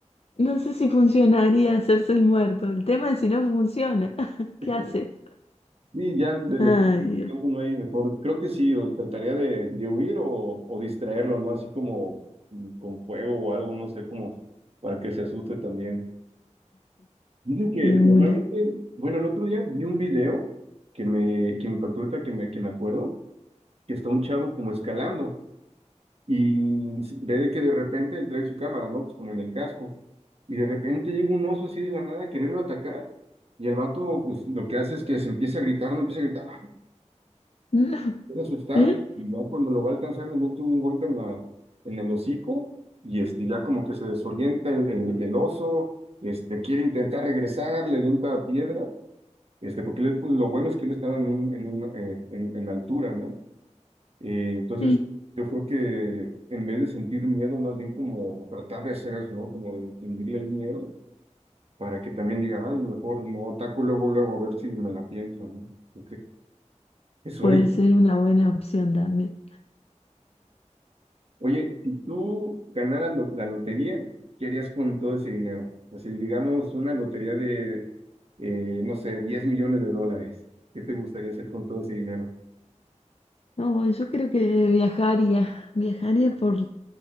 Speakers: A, on the left (about 55°); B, on the right (about 55°).
A: No sé si funcionaría hacerse el muerto. El tema es si no funciona. <laughs> ¿Qué
B: <laughs>
A: hace?
B: Y ya de,
A: Ay,
B: de-
A: Dios,
B: uno ahí mejor, creo que sí, o trataría de, de huir o, o distraerlo, ¿no? Así como mm, con fuego o algo, no sé, como para que se asuste también. Dicen que
A: de
B: normalmente,
A: una.
B: bueno, el otro día vi un video que me, que me impactó ahorita, que me, que me acuerdo, que está un chavo como escalando y se- ve de que de repente él trae su cámara, ¿no? Pues como en el casco. Y de repente llega un oso así de la nada a quererlo atacar. Y el vato, pues lo que hace es que se empieza a gritar, no empieza a gritar.
A: <laughs>
B: puede asustar
A: No. ¿Y?
B: y ya cuando lo va a alcanzar le mete un golpe en la, en el hocico y este, ya como que se desorienta el, el- el oso, este, quiere intentar regresar, le avienta piedra, este, porque él, pues, lo bueno es que él estaba en, un- en, un, eh, en, en altura, ¿no? Eh, entonces
A: Sí,
B: yo creo que en vez de sentir miedo, más bien como tratar de hacer eso, ¿no? Como de infundirle el miedo para que también diga, ay, mejor no ataco luego, luego a ver si me la pienso, ¿no? Porque eso
A: puede
B: ahorita.
A: ser una buena opción también.
B: Oye, si tú ganaras lo- la lotería, ¿qué harías con todo ese dinero? O sea, digamos una lotería de, eh, no sé, 10 millones de dólares. ¿Qué te gustaría hacer con todo ese dinero?
A: No, yo creo que viajaría. Viajaría por